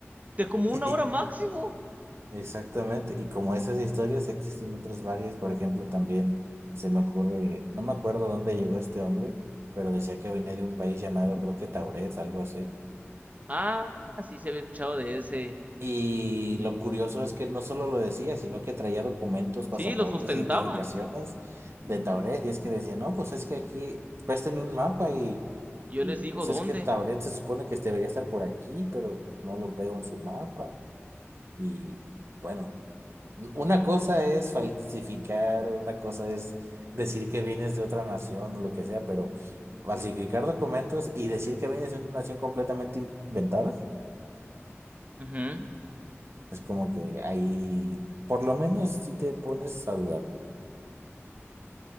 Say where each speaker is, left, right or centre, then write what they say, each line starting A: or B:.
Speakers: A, on the right; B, on the right.
A: de como
B: <laughs>
A: una hora máximo.
B: Exactamente. Y como esas historias existen otras varias, por ejemplo, también se me ocurre, no me acuerdo dónde llegó este hombre, pero decía que venía de un país llamado, creo que Tauret, algo así.
A: Ah, sí, se había escuchado de ese.
B: Y lo curioso es que no solo lo decía, sino que traía documentos, pasaportes,
A: Sí, lo sustentaba.
B: identificaciones de Tauret. Y es que decía, no, pues es que aquí, préstenme un mapa y,
A: Yo
B: y
A: les digo
B: pues
A: dónde.
B: es que Tauret se supone que debería estar por aquí, pero no lo veo en su mapa. Y bueno, una cosa es falsificar, una cosa es decir que vienes de otra nación o lo que sea, pero falsificar documentos y decir que vienes de una nación completamente inventada,
A: Ujú.
B: es como que ahí, por lo menos, si te pones a dudar.